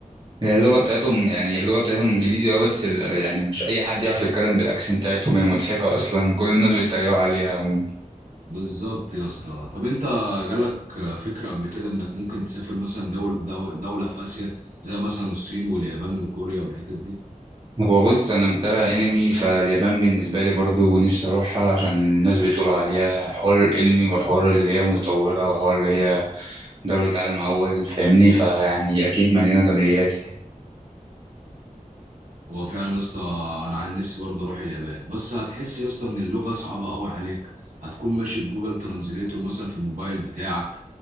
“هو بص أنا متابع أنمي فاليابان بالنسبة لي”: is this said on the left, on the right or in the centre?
Right